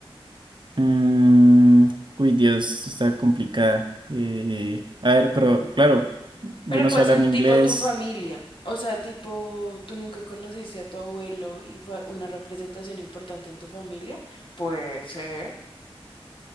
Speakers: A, on the right; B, on the left.
A: Mm, uy, Dios, está complicada. Eh, a ver, pero claro, yo
B: Pero
A: no
B: puede
A: sé hablar
B: ser
A: ni
B: tipo
A: inglés.
B: tu familia. O sea, tipo, tú nunca conociste a tu abuelo y fue una representación importante en tu familia. Puede ser.